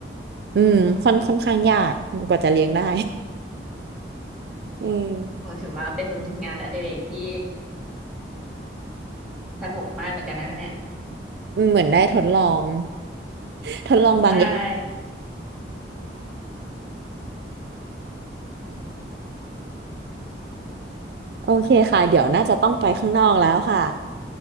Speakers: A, on the right; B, in the centre.
A: อืมค่อนค่อนข้างยากกว่าจะเลี้ยงได้ <laughs> อืม
B: โอ้ถือว่าเป็นงานอดิเรกที่สนุกมากเหมือนกันนะคะเนี่ย
A: เหมือนได้ทดลอง <laughs> ทดลองบางอย่าง
B: ใช่
A: <laughs> โอเคค่ะเดี๋ยวน่าจะต้องไปข้างนอกแล้วค่ะ